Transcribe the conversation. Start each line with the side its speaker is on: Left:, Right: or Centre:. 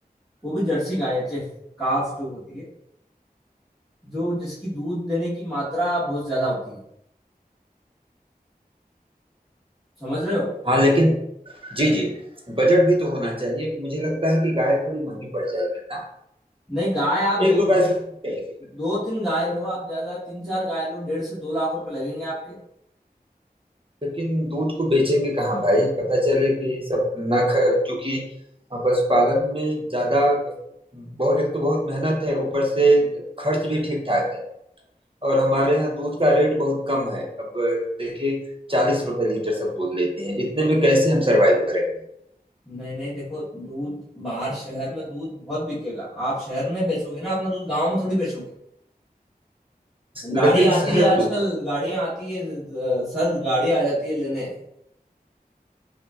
Centre: वो भी जर्सी गाय है चेफ काफ जो होती है जो जिसकी दूध देने की मात्रा बहुत ज्यादा होती है समझ रहे हो
Right: हाँ लेकिन जी जी बजट भी तो होना चाहिए मुझे लगता है कि गाय थोड़ी महंगी पड़ जाएगी ना
Centre: नहीं गाय आप
Right: एक
Centre: दो
Right: दो गाय से शुरू किया जा सकता है।
Centre: दो तीन गाय लो आप ज्यादा तीन चार गाय लो डेढ़ से दो लाख रुपए लगेंगे आपके
Right: लेकिन दूध को बेचेंगे कहाँ भाई पता चले कि सब न ख जो कि पशुपालन में ज्यादा बहुत एक तो बहुत मेहनत है ऊपर से खर्च भी ठीक ठाक है और हमारे यहाँ दूध का रेट बहुत कम है अब देखिए चालीस रुपए लीटर सब दूध लेते हैं इतने में कैसे हम सरवाइव करेंगे
Centre: नहीं नहीं देखो दूध बाहर शहर में दूध बहुत बिकेगा आप शहर में बेचोगे ना अपना दूध गांव में थोड़ी बेचोगे गाड़ियां
Right: लेकिन
Centre: आती
Right: शहर
Centre: है आजकल
Right: दूध
Centre: गाड़ियां आती है अ, सर गाड़ी आ जाती है लेने